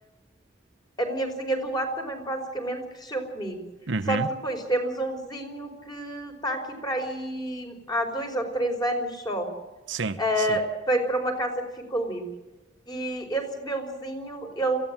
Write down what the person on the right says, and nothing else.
uhum,
sim,
sim,